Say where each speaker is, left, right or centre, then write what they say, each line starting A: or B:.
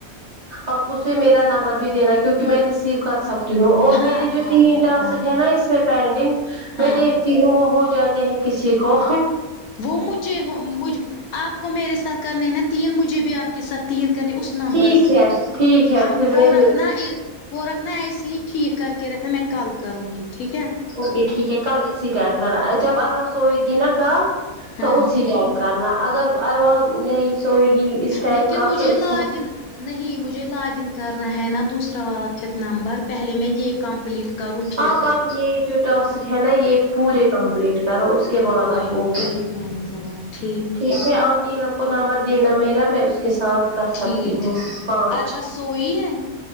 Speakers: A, on the right; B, on the left.
A: آپ اسے میرا نمبر بھی دینا کیونکہ میں ریسیو کر سکتی اور
B: ہاں
A: میرے جو
B: ہاں
A: تین
B: ہاں
A: ٹاسک
B: ہاں
A: ہے نا اس میں پینڈنگ میں
B: ہاں
A: دیکھ کی ہو ہو جاتے ہیں کسی کو
B: وہ مجھے ہو مجھ آپ کو میرے ساتھ کرنے نا تین مجھے بھی آپ کے ساتھ تین کرنی اس نمبر
A: ٹھیک
B: سے
A: ہے ٹھیک ہے
B: ہم
A: پھر
B: وہ
A: میں
B: رکھنا ا وہ رکھنا ایسے ہی ٹھیک کر کے رکھنا میں کل کروں گی ٹھیک ہے
A: اوکے ٹھیک ہے کل اسی ٹائم کرنا جب اروا سوئے گی نا کال تو
B: ہاں
A: اسی ٹائم کرنا اگر اور نہیں سوئے گی اس ٹائم
B: لیکن
A: کل
B: مجھے
A: تو
B: لاگ
A: اس
B: ان نہیں مجھے لاگ ان کرنا ہے نا دوسرا والا پھر نمبر پہلے میں یہ کم پلیٹ کروں پھر
A: آپ اب یہ جو ٹاسک ہے نا یہ پورے کمپلیٹ کرو اس کے بعد
B: وہی
A: آپ کو
B: وہی میں نے سنا کہ
A: ٹھیک ہے آپ نیلم کو نمبر دینا میرا میں اس کے ساتھ کر سکتی
B: ٹھیک
A: ہوں
B: ہے
A: پانچ
B: اروا سوئی ہے